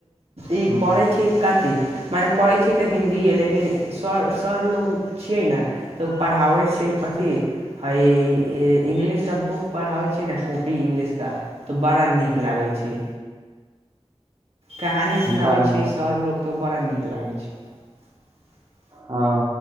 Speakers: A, on the right; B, on the right.
A: ई
B: ह
A: पढ़ै छी कथी। मने पढ़ै छियै तऽ हिन्दी लेकिन सर सर लोग छियै ने तऽ ओ पढ़ाबैत छियै कथी हइ इंग्लिश सब बुक पढ़ाबैत छियै ने। इंगलिश का तऽ बड़ा नीक लागै छै। कहानी सुनाबे
B: बड़ा
A: छैै
B: नीक
A: स आओर लोग। तऽ बड़ा नीक लागै छै। <unintelligible>
B: हँ